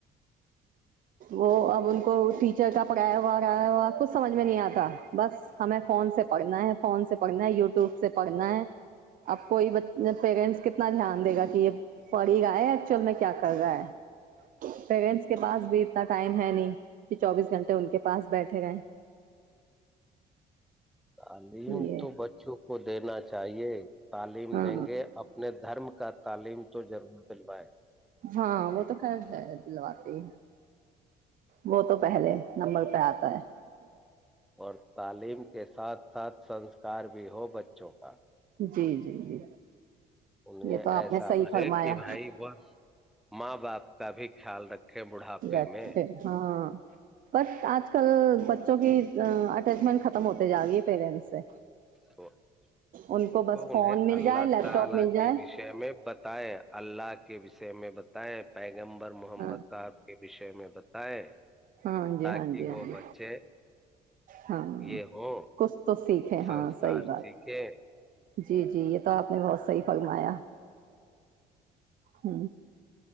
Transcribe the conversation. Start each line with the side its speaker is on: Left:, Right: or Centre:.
Right: وہ اب ان کو ٹیچر کا پڑھایا ہوا وغیرہ ہوا کچھ سمجھ میں نہیں آتا بس ہمیں فون سے پڑھنا ہے فون سے پڑھنا ہے یو ٹیوب سے پڑھنا
Centre: ہاں
Right: ہے اب کوئی بچ پیرنٹس کتنا دھیان دے گا کہ یہ پڑھ ہی رہا ہے ایکچول میں کیا کر رہا ہے پیرنٹس کے پاس بھی اتنا ٹائم ہے نہیں کہ چوبیس گھنٹے ان کے پاس بیٹھے گئے
Centre: تعلیم
Right: یہ
Centre: تو بچوں کو دینا چاہیے تعلیم
Right: ہاں
Centre: دیں گے اپنے دھرم کا تعلیم تو ضرور دلوائے
Right: ہاں وہ تو خیر ہے دلواتے ہی وہ تو پہلے نمبر پہ آتا ہے
Centre: اور تعلیم کو کے ساتھ ساتھ سنسکار بھی ہو بچوں کا
Right: جی جی جی
Centre: ان میں
Right: یہ تو آپ
Centre: ایسا
Right: نے صحیح
Centre: بھرے
Right: فرمایا
Centre: کہ بھائی بس ماں آپ کا بھی خیال رکھیں بڑھاپے
Right: جٹے
Centre: میں
Right: ہاں بٹ آج کل بچوں کی اٹیچمنٹ ختم ہوتے جا رہی ہے پیرنٹس سے
Centre: تو
Right: ان
Centre: نہیں
Right: کو بس
Centre: تو
Right: فون
Centre: انہیں
Right: مل
Centre: اللہ
Right: جائے لیپ
Centre: تعالی
Right: ٹاپ مل جائے
Centre: کے وشے میں ب اللہ کے وشے میں بتائے پیک پیمبر محمد
Right: ہاں
Centre: صاحب کے وشے میں بتائیں
Right: ہاں جی
Centre: تاکہ
Right: ہاں جی ہاں
Centre: وہ
Right: جی
Centre: بچے
Right: ہاں
Centre: یہ ہو
Right: کچھ تو سیکھے
Centre: سنسکار
Right: ہاں صحیح بات
Centre: سیکھیں
Right: جی جی یہ تو آپ نے بہت صحیح فرمایا ہ